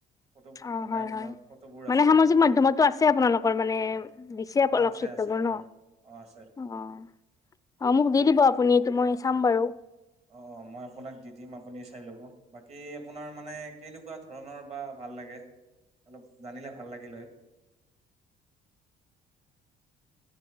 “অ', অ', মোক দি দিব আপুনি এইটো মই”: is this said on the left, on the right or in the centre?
Left